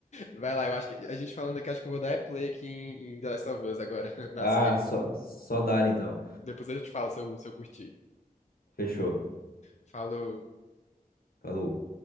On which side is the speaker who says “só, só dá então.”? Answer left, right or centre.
Left